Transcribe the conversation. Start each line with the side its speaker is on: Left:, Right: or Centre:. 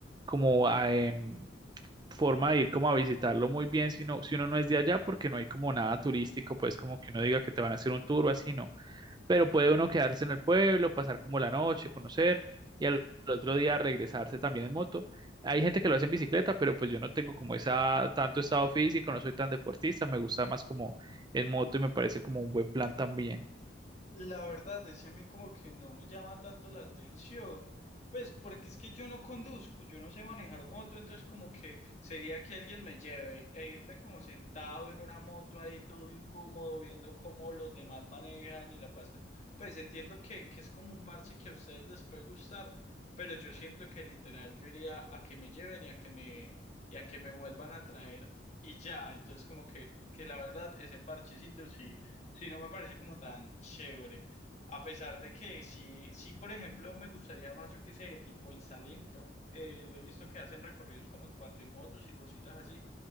Right: como ah, em, forma de ir como a visitarlo muy bien si, no, si uno no es de allá, porque no hay como nada turístico, pues como que uno diga que te van a hacer un tour o así, no. Pero puede uno quedarse en el pueblo, pasar como la noche, conocer y al otro día regresarse también en moto. Hay gente que lo hace en bicicleta, pero pues yo no tengo como esa tanto estado físico, no soy tan deportista, me gusta más como en moto y me parece como un buen plan también.
Left: La verdad es que a mí como que no me llama tanto la atención, pues porque es que yo no conduzco, yo no sé manejar moto, entonces como que sería que alguien me lleve e irme como sentado en una moto ahí todo incómodo viendo cómo los demás manejan y la pasan. Pues entiendo que, que es como un parche que a ustedes les puede gustar, pero yo siento que literal yo iría a que me lleven y a que me, y a que me vuelvan a traer y ya, entonces como que, que la verdad ese parchecito sí sí no me parece como tan chévere. A pesar de que sí, sí, por ejemplo, me gustaría más, yo que sé, tipo en Salento. eh, he visto que hacen recorridos como en cuatrimotos y cositas así